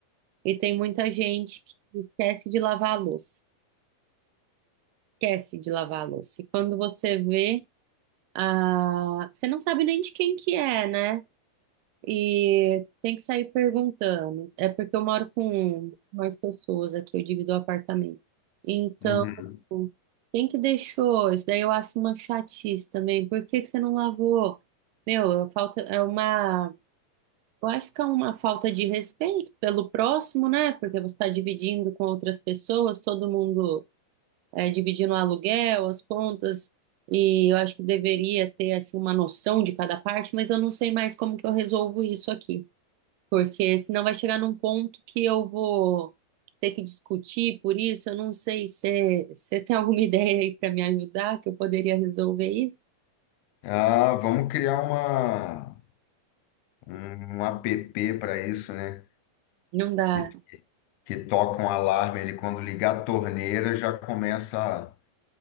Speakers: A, on the right; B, on the left.
A: E tem muita gente que esquece de lavar a louça. Esquece de lavar a louça. E quando você vê, Ah, você não sabe nem de quem que é, né? E tem que sair perguntando. É porque eu moro com mais pessoas aqui, eu divido o apartamento. Então,
B: Uhum.
A: quem que deixou? Isso daí eu acho uma chatice também. Por que que você não lavou? Meu, falta é uma, eu acho que é uma falta de respeito pelo próximo, né? Porque você está dividindo com outras pessoas, todo mundo eh, dividindo o aluguel, as contas, e eu acho que deveria ter assim uma noção de cada parte, mas eu não sei mais como que eu resolvo isso aqui, porque senão vai chegar num ponto que eu vou ter que discutir por isso, eu não sei se você tem alguma <laughs> ideia aí para me ajudar que eu poderia resolver isso.
B: Ah, vamos criar uma, um, um app para isso, né?
A: Não dá.
B: Que, que toca um alarme ali quando ligar a torneira, já começa.